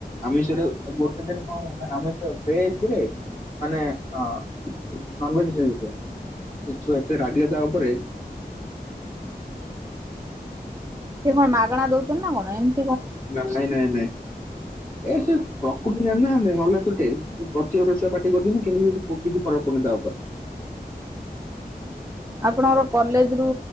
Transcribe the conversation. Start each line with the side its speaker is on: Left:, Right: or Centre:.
Left: ଆମିଷରେ, ଗୋଟେ ଦିନ କଣ ହୁଏ ନା, ଆମିଷ ଭେଜରେ ମାନେ ହଁ, ନନଭେଜ <unintelligible> ସେ ଛୁଆ ଏତେ ରାଗିଲେ ତା ଉପରେ
Right: ସିଏ କଣ ମାଗଣା ଦଉଚନ୍ତି ନା କଣ, ଏମତି
Left: ନାଇଁ ନାଇଁ, ନାଇଁ ନାଇଁ, ଏ ସେ ପ୍ରକୃତ ଜାଣିନାହାନ୍ତି ମଲେ ତୁଟେ, ସେ ପଚିଶ ଛୁଆ ପାଟି କରୁଛନ୍ତି, କିନ୍ତୁ କିଛି ଫରକ ପଡ଼ୁନି ତା ଉପରେ।
Right: ଆପଣଙ୍କର କଲେଜ ରୁ